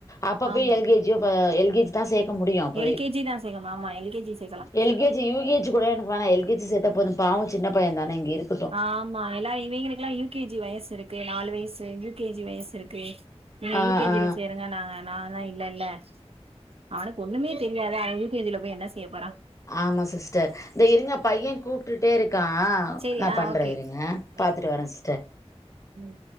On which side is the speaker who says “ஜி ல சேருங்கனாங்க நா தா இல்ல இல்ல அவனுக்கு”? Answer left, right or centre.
Right